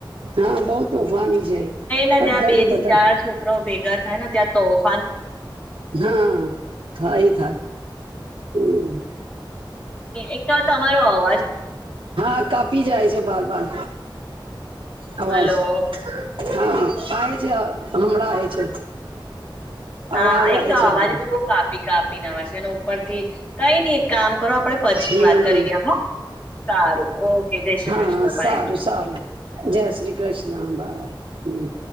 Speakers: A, on the right (about 75°); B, on the left (about 20°).
A: હા બહું તોફની છે.
B: ને જ્યાં
A: બધાને
B: બે થી
A: બધા
B: ચાર છોકરાઓ ભેગા થાય ને ત્યાં તોફાન
A: હા, થાય, થાય. હમ.
B: એકતો તમારો અવાજ
A: હા કાપી જાય છે બાર બાર. આવાજ
B: હલો
A: હા આ છે હમણા આવે છે.
B: હા
A: અવાજ
B: એક
A: આવે
B: તો
A: છે
B: અવાજ
A: આપ
B: બી બહુ કાપી કાપીને આવે છે એ ઉપરથી કઈ નઈ. કામ કરો આપડે પછી
A: હમ
B: વાત કરીએ હો સારું ઓકે જય શ્રી
A: હા
B: કૃષ્ણ બાય.
A: સારું સારું જય શ્રી કૃષ્ણ બાય હમ.